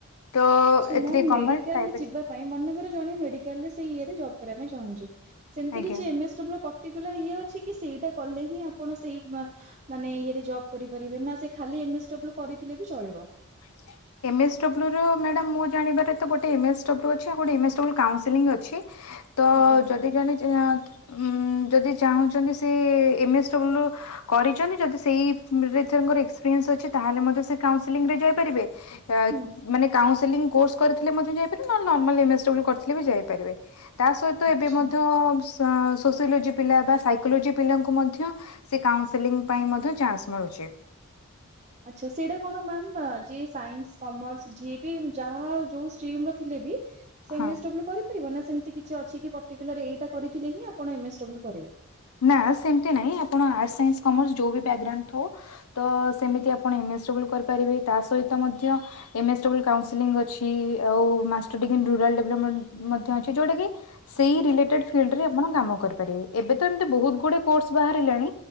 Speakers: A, on the left; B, on the right.
A: ତ
B: ଆଚ୍ଛା
A: ଏଥିରେ
B: ମ୍ୟାମ୍ ମେଡିକାଲରେ
A: ଗଣମେଣ୍ଟ ପ୍ରାଇଭେଟ।
B: ଯିବା ପାଇଁ ମନେକର ଜଣେ ମେଡିକାଲରେ ସେଇ ଇଏ ରେ ଜବ କରିବା ପାଇଁ ଚାହୁଁଛି ସେମିତି
A: ଆଜ୍ଞା
B: କିଛି ଏମ ଏସ ଟବଲ ପ ଟିକୁଲାର ଇଏ ଅଛି କି ସେଇଟା କଲେ ହିଁ ଆପଣ ସେଇ ମା ମାନେ ଇଏ ରେ ଜବ କରିପାରିବେ ନା ସେ ଖାଲି ଏମଏସ୍ ଡବ୍ଲ୍ୟୁ କରିଥିଲେ ବି ଚଳେଇବ।
A: ଆସିଲେ। ଏମ୍ଏସ୍ ଡବ୍ଲୁ ର ମ୍ୟାଡାମ ମୁଁ ଜାଣିବାରେ ତ ଗୋଟେ ଏମ ଏସ ଡବ୍ଲୁ ଅଛି ଆଉ ଗୋଟେ ଏମ ଏସ ଡବ୍ଲୁ କାଉନସିଲଂ ଅଛି। ତ
B: ଆଜ୍ଞା
A: ଯଦି ଜଣେ ଜା କି ଉ ଯଦି ଚାହୁଁଛନ୍ତି ସେ ଏମ ଏସ ଦବ୍ଲୁ କରିଛନ୍ତି ଯଦି ସେଇ ରେ ଥିରେ ତାଙ୍କର ଏକ୍ସପିରିଏନ୍ସ ଅଛି ତାହେଲେ ମଧ୍ୟ କାଉନସିଲିଂ ରେ ଯାଇପା ପାରିବେ ଆ
B: ହୁଁ
A: ମାନେ କାଉନସିଲିଂ କୋର୍ସ କରିଥିଲେ ମଧ୍ୟ ଯାଇପାରିବେେ ନହେଲେ ନର୍ମାଲ ଏମଏସ୍ ଡବ୍ଲୁ କରିଥିଲେ ବି ଯାଇପାରିବେ। ତା ସହିତ
B: ଆଚ୍ଛା।
A: ଏବେ ମଧ୍ୟ ସ ସୋସିଓଲୋଜି ପିଲା ବା ସାଇକୋଲୋଜି ପିଲାଙ୍କୁ ମଧ୍ୟ ସେ କାଉସେଲିଂ ପାଇଁ ମଧ୍ୟ ଚାନ୍ସ ମିଳୁଛି।
B: ଆଛା ସେଇଟା କଣ ମ୍ୟାାମ ଯିଏ ସାଇନ୍ସ କମର୍ସ ଯିଏ ବି ଯାହା ଯୋଉ ଷ୍ଟିମ ର ଥିଲେ ବି ସେ
A: ହଁ।
B: ଏମଏସ୍ ଡବ୍ଲ୍ୟୁ କରିପାରିବ ନା ସେମିତି କିଛି ଅଛି କି ପର୍ଟିକୁଲାର ଏଇଟା କରିଥିଲେ ହିଁ ଆପଣ ଏମଏଡ଼ବ୍ଲୁ କରିବେ।
A: ନା ସେମିତି ନାଇଁ ଆପଣ ଆର୍ଟସ ସାଇନ୍ସ କମର୍ସ ଯୋଉ ବ୍ୟାଗ୍ରାଉଣ୍ଡ ଥାଉ। ତ ସେମିତି ଆପଣ ଏମଏସ୍ ଡବ୍ଲୁ କରିପାରିବେ। ତା ସହିତ ମଧ୍ୟ ଏମଏସ୍ ଡବ୍ଲୁ କାଉଁସିଲିଂ ଅଛି। ଆଉ ମାଷ୍ଟର ଡିଗ୍ରୀ ରୁରାଲ ଡେବ୍ଲପମେଣ୍ଟ ଅଛି। ଯୋଉଟା କି ସେଇ ରିଲେଟେଡ ଫିଲଡ୍ ରେ ଆପଣ କାମ କରିପାରିବେ। ଏବେ ତ ଏମତି ବହୁତ ଗୁଡ଼େ କୋର୍ସ ବାହାରିଲାଣି।